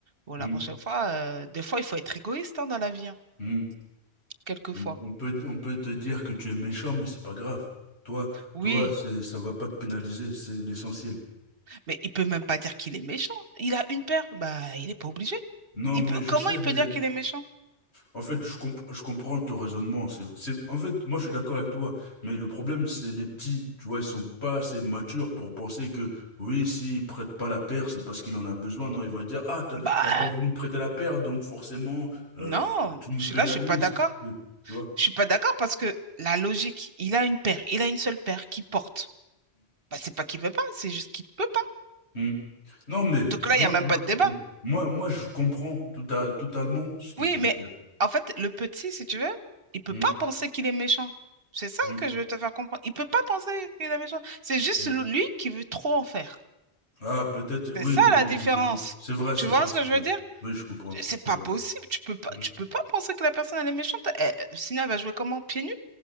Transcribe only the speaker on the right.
bon,
la prochaine fois, euh, des fois, il faut être égoïste hein, dans la vie, hein,
quelquefois.
Oui,
mais il peut même pas dire qu'il est méchant. Il a une paire, bah, il n'est pas obligé.
Il
peut...
Comment
il peut
dire qu'il est méchant?
Bah,
Non,
je
suis là, je suis pas d'accord.
Je suis pas d'accord parce que la logique, il a une paire, il a une seule paire qui porte. Bah, c'est pas qu'il veut pas, c'est juste qu'il peut pas.
Donc là,
il y a même
pas de débat.
Oui,
mais
en fait, le petit, si tu veux, il peut
pas penser qu'il est méchant. C'est ça
que je veux te faire comprendre. Il peut pas penser qu'il est méchant. C'est juste
le- lui qui veut trop en faire.
C'est ça
la différence.
Tu vois
ce
que je
veux dire?
C'est
pas
possible. Tu peux pas,
tu peux pas penser que la personne elle est méchante. Eh, sinon, elle va jouer comment? Pieds nus?